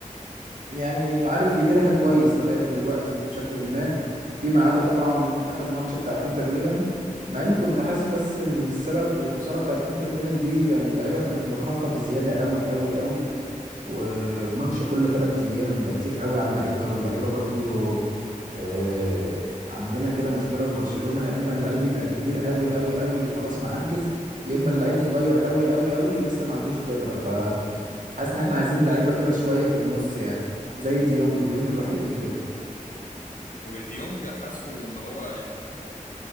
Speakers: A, on the right; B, on the left.
A: يعني عارف يديرها كويس لغاية دلوقتي بشكل ما فيما عدا طبعا آخر ماتش بتاع انتر ميلان مع اني كنت حاسس بس ان السبب الخسارة بتاعت انتر ميلان دي يعني اللعيبة كانت مرهقة بزيادة قوي قوي قوي وماتش كل تلات ايام ده كتير قوي على اللعيبة واللعيبة برضو آه، عندنا كده مشكلة في برشلونة يا اما اللعيب يبقى كبير قوي قوي قوي خلاص معجز يا اما اللعيب صغير قوي قوي قوي لسه ما عندوش خبرة ف حاسس ان احنا عايزين لعيبه كده شويه في النص يعني زي ديونج ديونج الوحيد اللي كده
B: وديونج حاسه ان هو يعني